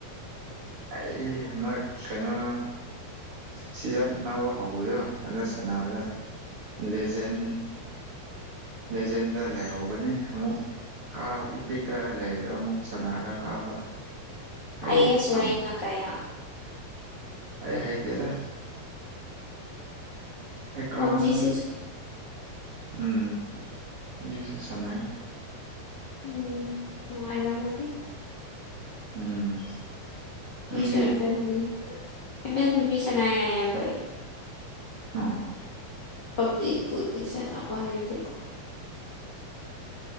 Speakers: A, on the right (about 45°); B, on the left (about 50°).
A: ꯑꯩ ꯍꯟꯗꯛ ꯀꯩꯅꯣ ꯁꯤꯖꯟ ꯅꯧꯕ ꯍꯧꯕꯗꯨ ꯑꯗꯨ ꯁꯥꯟꯅꯔꯒ ꯂꯦꯖꯦꯟ ꯂꯦꯖꯦꯟꯗ ꯂꯩꯍꯧꯕꯅꯦ ꯑꯃꯨꯛ ꯀꯥꯕ ꯏꯄꯤꯛꯇ ꯂꯩꯕꯗ ꯑꯃꯨꯛ ꯁꯥꯟꯅꯔꯒ ꯀꯥꯕ ꯑꯩ
B: ꯑꯥꯏꯌꯦꯁꯨꯌꯦꯡꯅ
A: ꯌꯥꯝ
B: ꯀꯌꯥ
A: ꯑꯩ ꯍꯩꯇꯦꯗ ꯑꯦꯀꯥꯎ
B: ꯄꯞꯖꯤꯁꯨ
A: ꯎꯝ ꯍꯨꯖꯤꯛꯁꯨ ꯁꯅꯩ
B: ꯎꯝ ꯅꯨꯉꯥꯏꯔꯝꯒꯅꯤ
A: ꯎꯝ ꯅꯪꯗꯤ
B: ꯑꯩꯁꯨ ꯑꯦꯝ ꯕꯦꯝ ꯑꯦꯝꯃꯦꯝ ꯕꯤꯕꯤ ꯁꯅꯩ ꯏꯌꯥꯝꯕ ꯑꯩ
A: ꯎꯝ
B: ꯄꯝꯖꯤ ꯄꯨꯗꯤ ꯁꯅ ꯍꯩꯇꯗ